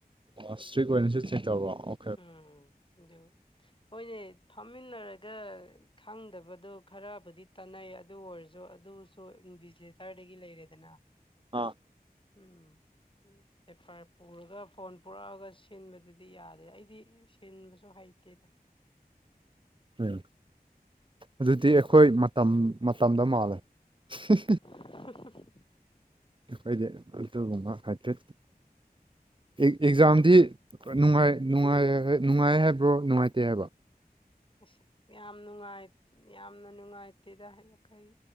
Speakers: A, on the right (about 30°); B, on the left (about 30°).
A: ꯑꯣ ꯏꯁꯇ꯭ꯔꯤꯛ ꯑꯣꯏꯅꯁꯨ ꯆꯦꯛ ꯇꯧꯔꯕ ꯑꯣ
B: ꯎꯝ ꯑꯗꯨ ꯃꯣꯏꯅꯦ ꯐꯝꯃꯤꯟꯅꯔꯒ ꯈꯪꯗꯕꯗꯣ ꯈꯔꯕꯨꯗꯤ ꯇꯥꯟꯅꯩ ꯑꯗꯨ ꯑꯣꯏꯔꯁꯨ ꯑꯗꯨꯁꯨ ꯏꯟꯕꯤꯁ ꯁꯔꯗꯒꯤ ꯂꯩꯔꯦꯗꯅ
A: ꯑꯥ
B: ꯎꯝ ꯄꯦꯄꯔ ꯄꯨꯔꯒ ꯐꯣꯟ ꯄꯨꯔꯛꯑꯒ ꯁꯤꯟꯕꯗꯨꯗꯤ ꯌꯥꯗꯦ ꯑꯗꯩ ꯁꯤꯟꯕꯁꯨ ꯍꯩꯇꯦꯗ
A: ꯎꯝ ꯑꯗꯨꯗꯤ ꯑꯩꯈꯣꯏ ꯃꯇꯝ ꯃꯇꯝꯗ ꯃꯥꯜꯂꯦ <unintelligible>
B: <unintelligible>
A: ꯑꯩꯗꯤ ꯑꯗꯨꯒꯨꯝꯕ ꯍꯩꯇꯦ ꯑꯦꯛꯖꯥꯝꯗꯤ ꯅꯨꯡꯉꯥꯏ ꯅꯨꯡꯉꯥꯏ ꯅꯨꯡꯉꯥꯏ ꯍꯥꯏꯕ꯭ꯔꯣ ꯅꯨꯡꯉꯥꯏꯇꯦ ꯍꯥꯏꯕ
B: ꯑꯁ ꯌꯥꯝ ꯅꯨꯡꯉꯥꯏ ꯌꯥꯝꯅ ꯅꯨꯡꯉꯥꯏꯇꯦꯗ ꯍꯥꯏꯈꯩ